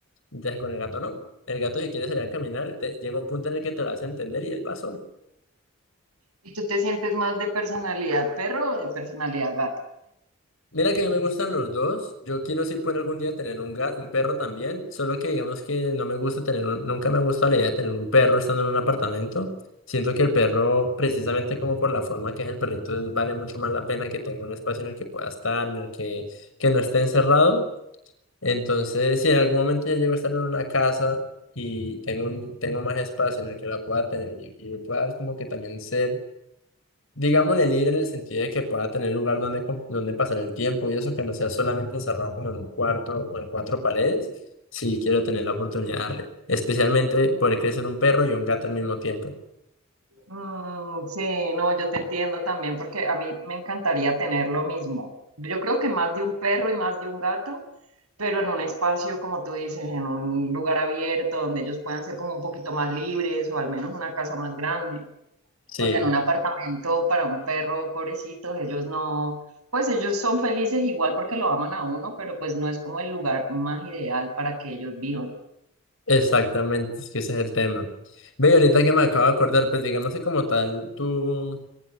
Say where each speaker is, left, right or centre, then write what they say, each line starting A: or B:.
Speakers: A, on the left; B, on the right.
A: Entonces con el gato no. El gato si quiere salir a caminar, te- llega un punto en el que te lo hace entender y él va solo.
B: ¿Y tú te sientes más de personalidad perro o de personalidad gato?
A: Mira que a mí me gustan los dos. Yo quiero si puedo algún día tener un gato, un perro también. Solo que digamos que no me gusta tener un- nunca me gusta la idea de tener un perro estando en un apartamento. Siento que el perro, precisamente como por la forma que es el perrito, vale mucho más la pena que tenga un espacio en el que pueda estar, en el que, que no esté encerrado. Entonces, si en algún momento ya llego a estar en una casa y tengo, un, tengo más espacio en el que la pueda tener y, y pueda como que también ser, digámosle, libre en el sentido de que pueda tener lugar donde, com- donde pasar el tiempo y eso que no sea solamente encerrado como en un cuarto o en cuatro paredes, sí quiero tener la oportunidad de darle. Especialmente poder crecer un perro y un gato al mismo tiempo.
B: Mm, sí, no, yo te entiendo también porque a mí me encantaría tener lo mismo. Yo creo que más de un perro y más de un gato, pero en un espacio, como tú dices, en un lugar abierto donde ellos puedan ser como un poquito más libres o al menos una casa más grande,
A: Sí,
B: porque en un apartamento para un perro, pobrecitos, ellos no, pues ellos son felices igual porque lo aman a uno, pero pues no es como el lugar más ideal para que ellos vivan.
A: exactamente, es que ese es el tema. Ve, y ahorita que me acabo de acordar, pues digamos que como tal, tú...